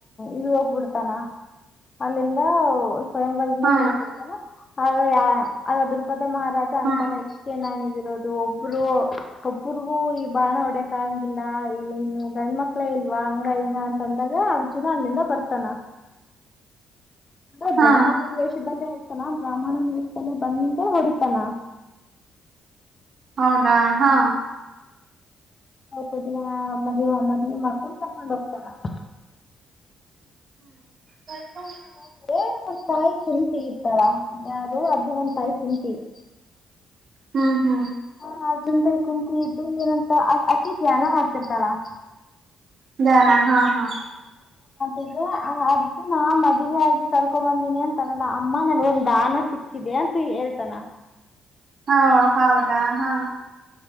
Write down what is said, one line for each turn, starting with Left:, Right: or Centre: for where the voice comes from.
Left: ಇಳೋಗ್ಬಿಡ್ತಾನ ಅಲ್ಲಿಂದ ಸ್ವಯಂಬಾರದಿಂದ
Right: ಹಾ
Left: ಹೋಗ್ಬಿಡ್ತೇನ ಆಗ <unintelligible> ಮಹಾರಾಜ ಅಂತಾನ
Right: ಹಾ
Left: ಇಷ್ಟೇ ನಾಣಿದಿರೋದು ಅದು ಒಬ್ಬರು ಒಬ್ರಗೂ ಈ ಬಾಣ ಹೊಡಕ್ಂಗಿಲ್ಲ ಏನು ಗಂಡ್ಮಕ್ಳ ಇಲ್ವಾ ಹಂಗ ಹಿಂಗ ಅಂತ ಅಂದಾಗ ಅರ್ಜುನ ಅಲ್ಲಿಂದ ಬರ್ತಾನ ಅಂದ
Right: ಹಾ
Left: ಬ್ರಾಹ್ಮಣ ವೆಷದಲ್ಲೆ ತನ ಬ್ರಾಹ್ಮಣ ವೇಷದಲ್ಲಿ ಬಂದು ಹೊಡಿತನ
Right: ಹೌದಾ ಹಾ
Left: ಸ್ವಲ್ಪ ದಿನ ಮದ್ವೇ ಮದ್ವೆ ಮಾಡ್ಕೊಂಡು ಕರ್ಕೊಂಡು ಹೋಗ್ತಾನ <inaudible>
Right: ಬರಕೊಂಡ.
Left: ಇಲ್ಲ
Right: <inaudible>
Left: ಅವ್ರ ತಾಯಿ ಕುಂಟಿ ಇರ್ತಾರಾಳ್ ಯಾವ್ದೋ ಅದು ಒಂದ ತಾಯಿ ಕುಂಟಿ. <inaudible> <inaudible>
Right: ಹ ಹಾ
Left: ನಾಲ್ಕ ಜನದಲ್ಲಿ ಕುಂಟಿ ಇದ್ದು ಏನಂತ ಅಕೀ ಧ್ಯಾನ ಮಾಡ್ತಿರ್ತಾಳ. <inaudible>
Right: ಜ್ಞಾನ ಹಾ ಹಾ <inaudible>
Left: ಈಗ ಅ ಅರ್ಜುನಾ ಮದುವೆ ಆಗಿ ಕರ್ಕೊ ಬಂದೀನಿ ಅಂತನಲ್ಲ ಅಮ್ಮ ನನ್ಗೊಂದ್ ದಾನ ಸಿಕ್ಕಿದೆ. ಎಂತು ಹೇಳ್ತನಾ.
Right: ಹಾ ಹೌದಾ ಹಾ